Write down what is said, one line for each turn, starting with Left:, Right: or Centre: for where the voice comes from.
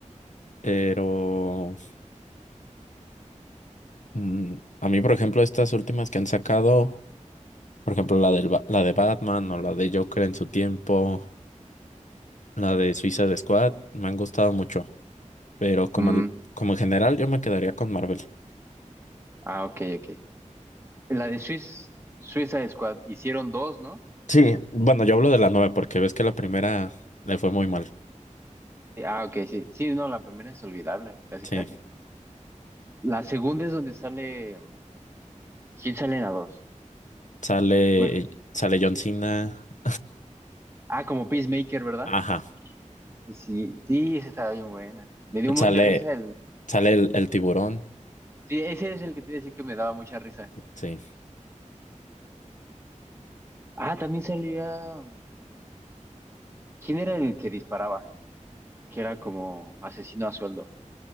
Left: pero mm, a mí, por ejemplo, estas últimas que han sacado, por ejemplo, la del, Ba- la de Batman o la de Joker en su tiempo, la de Suicide Squad, me han gustado mucho. Pero como,
Right: Mm,
Left: el- como en general, yo me quedaría con Marvel.
Right: ah, ok, ok. La de Suis- Suicide Squad, hicieron dos, ¿no?
Left: Sí, Bueno, yo hablo de la nueva porque ves que la primera le fue muy mal.
Right: Sí, Ah, ok, sí. Sí, no, la primera es olvidable, casi,
Left: Sí.
Right: casi. La segunda es donde sale... ¿Quién sale en la dos?
Left: Sale,
Right: Bueno,
Left: sale John Cena. <laughs>
Right: ah, como Peacemaker, ¿verdad?
Left: Ajá.
Right: Sí, sí, sí, esa estaba bien buena. Me dio un
Left: Sale,
Right: buen de risa
Left: sale el, el tiburón.
Right: Sí, ese es el que te iba a decir que me daba mucha risa.
Left: Sí.
Right: Ah, también salía. ¿Quién era el que disparaba? Que era como asesino a sueldo